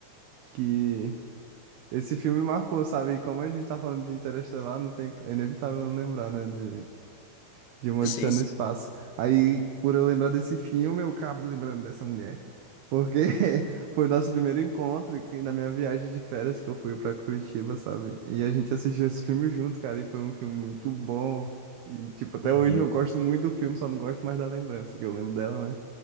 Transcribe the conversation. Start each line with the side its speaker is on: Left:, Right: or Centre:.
Right: que esse filme marcou, sabe? E como a gente tá falando de Interestelar, não tem é inevitável não lembrar, né, de De uma
Left: Sim,
Right: Odisseia
Left: sim.
Right: no Espaço. Aí, por eu lembrar desse filme, eu acabo lembrando dessa mulher. Porque <laughs> foi nosso primeiro encontro que- na minha viagem de férias que eu fui pra Curitiba, sabe? E a gente assistiu esse filme junto, cara, e foi um filme muito bom. E, tipo, até
Left: Uhum.
Right: hoje eu gosto muito do filme, só não gosto mais da lembrança, que eu lembro dela, né?